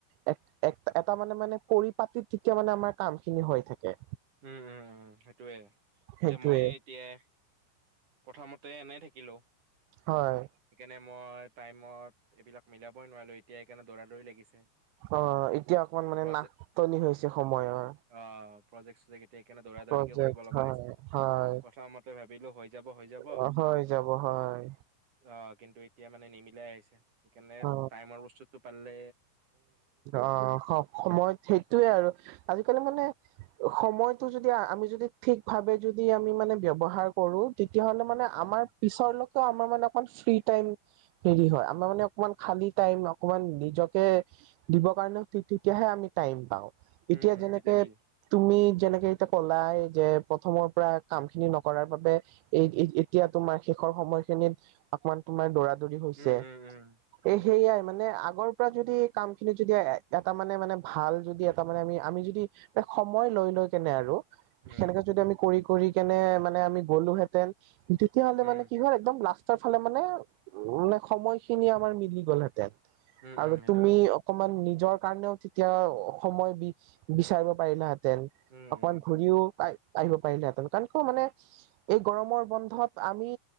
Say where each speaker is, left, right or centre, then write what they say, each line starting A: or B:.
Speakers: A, on the right; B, on the right.
A: এক, এক এটা মানে মানে, পৰিপাতিত তেতিয়া মানে, আমাৰ কামখিনি হৈ থাকে।
B: উম, উম, উম, সেইটোয়ে, এতিয়া
A: সেইটোয়ে
B: ময়েই এতিয়া, প্ৰথমতে এনে থাকিলো।
A: হয়।
B: সেইকাৰণে, মই টাইমত এইবিলাক মিলাবই নোৱাৰিলো, এতিয়া সেইকাৰণে, দৌৰা-দৌৰি লাগিছে।
A: অ', এতিয়া অকমান
B: প্ৰজে
A: নাটনি হৈছে সময়ৰ।
B: অ', প্ৰজেক্ট-চজেকট এ এতিয়া, সেই কাৰণে দৌৰা-দৌৰিকে
A: প্ৰজেক্ট
B: কৰিব লগা
A: হয়
B: হৈছে,
A: হয়
B: প্ৰথমতে ভাবিলো হৈ যাব, হৈ যাব।
A: অ হৈ যাব হয়।
B: অ', কিন্তু এতিয়া মানে নিমিলাই হৈছে, সেইকাৰণে,
A: অ
B: টাইমৰ বস্তুটো পালে
A: অ', সময়ত সেইটোয়ে আৰু, আজিকালি মানে সময়টো যদি, আমি যদি, ঠিক ভাৱে, যদি আমি মানে ব্যৱহাৰ কৰো, তেতিয়া হ'লে, মানে
B: উম,
A: আমাৰ পিছলৈকে আমাৰ মানে, অকমান ফ্ৰী টাইম হেৰি হয়, আমাৰ মানে, অকমান খালি টাইম, অকমান নিজক কে দিব কাৰণে, তেতিয়াহে আমি টাইম পাওঁ,
B: উম,
A: এতিয়া
B: উম,
A: যেনেকে
B: তেতিয়া নি
A: তুমি, যেনেকে এতিয়া ক'লায় যে, প্ৰথমৰ পৰা কামখিনি নকৰাৰ বাবে এ এ এতিয়া তোমাৰ, শেষৰ সময়খিনিত অকমান তোমাৰ দৌৰা-দৌৰি হৈছে,
B: উম, উম, উম, উম,
A: এই সেইয়াই মানে আগৰ পৰা যদি, কামখিনি যদি, এটা মানে, মানে ভাল যদি, এটা মানে আমি, আমি যদি সময় লৈ, লৈ কেনে আৰু।
B: উম,
A: সেনেকে যদি, আমি কৰি, কৰি কেনে মানে, আমি গ'লোহেঁতেন তেতিয়াহ'লে
B: উম,
A: মানে কি হয়, একদম লাষ্টৰ ফালে মানে, উম, মানে সময়খিনি আমাৰ মিলি গ'লহেতেন।
B: উম,
A: আৰু
B: উম, সেইটো
A: তুমি,
B: হয়।
A: অকমান নিজৰ কাৰণেও, তেতিয়া সময় বি বিচাৰিব পাৰিলা হে তেন,
B: উম,
A: অকমান
B: উম,
A: ঘূৰিও আহিব পাৰিলাহেঁতেন, কাৰণ, কিয় মানে এই, গৰমৰ বন্ধত আমি